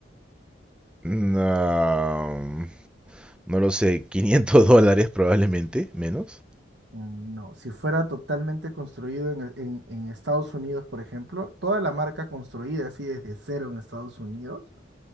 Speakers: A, in the centre; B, on the right.
A: No, no lo sé, 500 <laughs> dólares probablemente, menos.
B: Mm, No, si fuera totalmente construido en, en- en Estados Unidos, por ejemplo, toda la marca construida así desde cero en Estados Unidos,